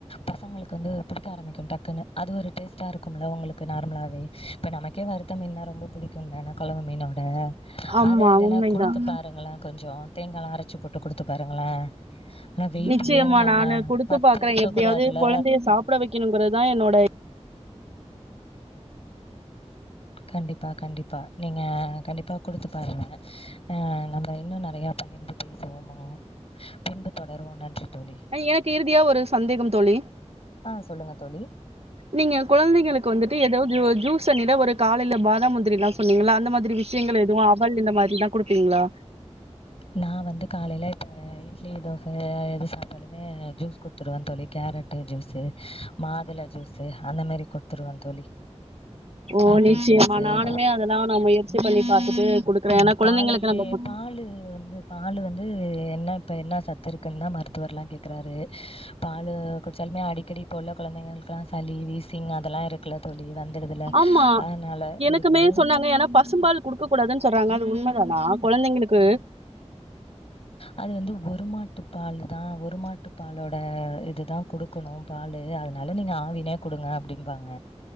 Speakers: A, on the left (about 55°); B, on the right (about 60°).
A: பசங்களுக்கு வந்து புடிக்க ஆரம்பிக்கோ டக்குன்னு அது ஒரு டேஸ்ட்டா இருக்கும்ல உங்களுக்கு நார்மலாவே இப்ப நமக்கே வறுத்த மீன்னா ரொம்ப புடிக்குந்தான கொழம்பு மீனோட
B: ஆமா
A: அத இல்லன்னா
B: உண்மைதான்.
A: குடுத்து பாருங்கள கொஞ்சோ தேங்கால்லா அரச்சு போட்டு குடுத்து பாருங்கள ஆனா வெயிட்டு
B: நிச்சயமா
A: ஏறனுங்க
B: நானு குடுத்து
A: பத்து
B: பாக்குறேன்.
A: இருக்க
B: எப்படியாவது
A: கூடாதுல
B: குழந்தைய சாப்பிட வைக்கணுங்கிறது தான் என்னோட
A: கண்டிப்பா கண்டிப்பா நீங்க கண்டிப்பா குடுத்து பாருங்க அ நம்ம இன்னோ நெறைய பகிர்ந்து பேசுவோமோ பின்பு தொடருவோ நன்றி தோழி.
B: எனக்கு இறுதியா ஒரு சந்தேகம் தோழி
A: ஆ சொல்லுங்க தோழி.
B: நீங்க கொழந்தைங்களுக்கு வந்துட்டு ஏதோ தோ ஜூஸ் தண்ணில ஒரு காலையில பாதாம் முந்திரிலா சொன்னீங்கள அந்த மாதிரி வி ஷயங்கள் எதுவு அவல் இந்த மாரி தா குடுப்பீங்ளா
A: நா வந்து காலையில இப்ப இட்லி தோச எது சாப்ட்டாலுமே ஜூஸ் குடுத்துருவ தோழி கேரட்டு ஜூஸ் மாதுள ஜூஸு அந்த மாரி குடுத்துருவ தோழி
B: ஓ
A: ஆப்பிள்
B: நிச்சயமா
A: ஜூஸு
B: நானுமே அதுதா நா முயர்ச்சி பண்ணி பாத்துட்டு குடுக்குறே
A: உம்
B: ஏன்னா குழந்தைங்களுக்கு
A: காலேயிலயே
B: நம்ம குடு
A: பாலு வந்து பாலு வந்து என்ன இப்ப என்ன சத் துஇருக்குன்னா மருத்துவர் எல்லா கேக்குறாரு பாலு குடிச்சாலுமே அடிக்கடி இப்ப உள்ள குழந்தைங்களுக்கு ல்லா சளி வீசிங் அதெல்லா இருக்குல தோழி வந்துடுதுல
B: ஆமா
A: அதனால
B: எனக்குமே
A: இதுக்கு பதில்
B: சொன்னாங்க ஏன்னா பசும்பால் கொடுக்க கூடாதுன்னு சொல்றாங்க அது உண்மதானா குழந்தைங்களுக்கு
A: அது வந்து ஒருமாட்டு பால் தா ஒரு மாட்டு பாலோட இதுதா குடுக் னோ பாலு அதனால நீங்க ஆவினே குடுங்க அப்படிம்பாங்க